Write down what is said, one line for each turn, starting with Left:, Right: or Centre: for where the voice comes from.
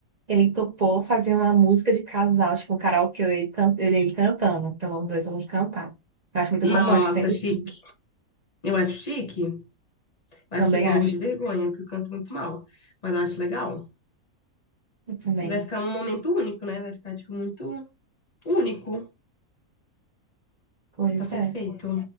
Right: ele topou fazer uma música de casal, tipo um karaokê, ele, can- ele, ele cantando. Então, os dois vamos cantar. Eu acho muito
Left: Nossa,
Right: romântico, sempre
Left: chique.
Right: quis.
Left: Eu acho chique. Eu
Right: Também
Left: acho chique, eu
Right: acho.
Left: morro de vergonha, porque eu canto muito mal. Mas eu acho legal.
Right: Eu também.
Left: E vai ficar um momento único, né? Vai ficar, tipo, muito único.
Right: Pois
Left: Tá perfeito.
Right: é.